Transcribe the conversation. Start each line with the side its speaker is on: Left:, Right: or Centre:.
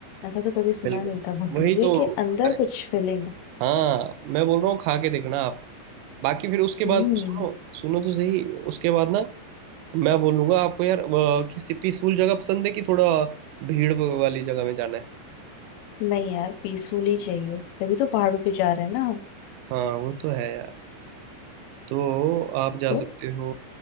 Left: ऐसा तो कभी सुना
Right: बिल्कुल
Left: नहीं था भटूरे
Right: वही तो
Left: के अंदर
Right: अरे
Left: कुछ फिलिंग
Right: हाँ मैं बोल रहा हूँ खा के देखना आप बाकी फिर उसके
Left: हम्म
Right: बाद सुनो सुनो तो सही उसके बाद ना मैं बोलूंगा आपको यार अ, किसी पीसफुल जगह पसंद है कि थोड़ा भीड़ वाली जगह में जाना है
Left: नहीं यार पीसफुल ही चाहिए तभी तो पहाड़ों पे जा रहे हैं ना हम
Right: हाँ वो तो है यार तो आप जा
Left: तो
Right: सकते हो